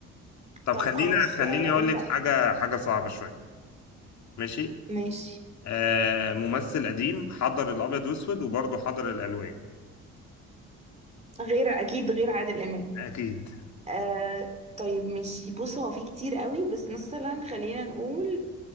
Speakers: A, on the left (about 65°); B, on the right (about 20°).
A: طب
B: طيب
A: خلينا
B: خلاص
A: خليني
B: آه
A: اقول
B: انت
A: لك حاجة حاجة صعبة شوية ماشي
B: ماشي
A: آه ممثل قديم حضر الابيض واسود وبرضه حضر الالوان
B: غير اكيد غير عادل امام
A: اكيد
B: آه طيب ماشي بص هو في كتير قوي بس مثلا خلينا نقول